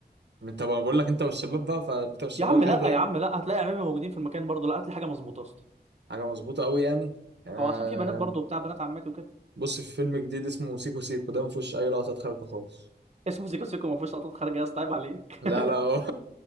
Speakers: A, on the right; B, on the right.
A: انت بقول لك انت والشباب بقى فانت والشباب
B: يا عم
A: عادي
B: لا
A: يعني
B: يا عم لا هتلاقي عمامي موجودين في المكان برضه لا هات لي حاجة مظبوطة يا اسطى
A: حاجه مظبوطه قوي يعني آه
B: هو عشان في بنات برضه بتاع بنات عماتي وكده
A: بص في فيلم جديد اسمه سيكو سيكو ده ما فيهوش اي لقطات خارجه خالص
B: <laughs> اسمه سيكو سيكو ما فيهوش لقطات خارجة يا اسطى عيب عليك
A: لا لا <laughs> هو-